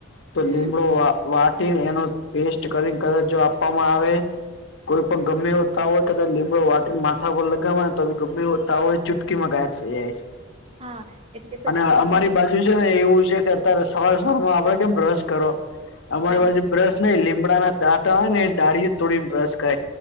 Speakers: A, on the left; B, on the right.
A: તો
B: હમ
A: લીમડો વાટીને એનો પેસ્ટ કરીને કદચ જો આપવામાં આવે કોઈ પણ ગમે હોતા હોય કદાચ લીંબડો વાટીને માથા પર લગાવવા તો ગમે વ તાવ હોય ચૂટકીમાં ગાયબ થઈ જાય છે,
B: હા એટલે પછી
A: અને અમારી
B: તમે
A: બાજુ જે એવું છે કે અત્યારે સવાર સવાર માં આપડે કેમ બ્રશ કરો અમારી
B: હા
A: પાજુ બ્રશ નહી લીમડાના દાંતા હોય ને ડાળીયુ તોડી બ્રશ કર